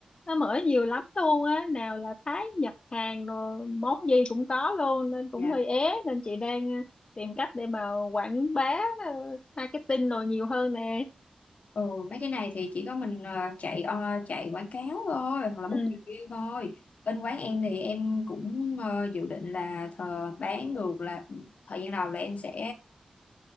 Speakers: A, on the left (about 40°); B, on the left (about 75°).
A: nó mở nhiều lắm luôn á nào là Thái Nhật Hàn rồi món gì cũng có luôn nên cũng
B: dạ
A: hơi ế nên chị đang ờ, tìm cách để mà quảng bá ờ, marketing rồi nhiều hơn nè
B: ừ, mấy cái này thì chỉ có mình ờ, chạy ờ, chạy quảng cáo thôi hoặc là book
A: ừ
B: review thôi bên quán em thì em cũng ờ, dự định là thờ bán được là thời gian đầu là em sẽ